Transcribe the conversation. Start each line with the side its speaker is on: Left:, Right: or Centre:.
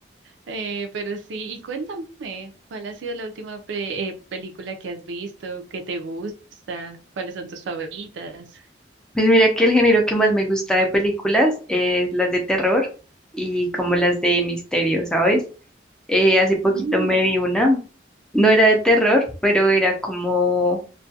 Right: Eh, pero sí, y cuéntame, ¿cuál ha sido la última pre- eh, película que has visto, que te gusta, cuáles son tus favoritas?
Centre: Pues mira que el género que más me gusta de películas es las de terror y como las de misterio, ¿sabes? Eh, hace poquito
Right: Mm,
Centre: me vi una, no era de terror, pero era como